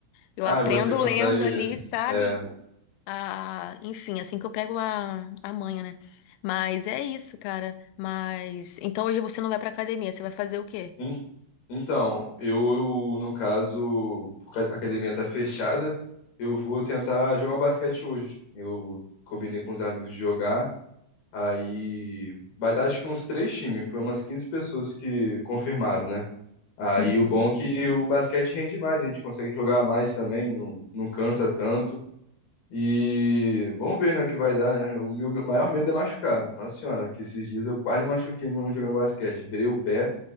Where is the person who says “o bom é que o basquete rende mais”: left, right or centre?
Left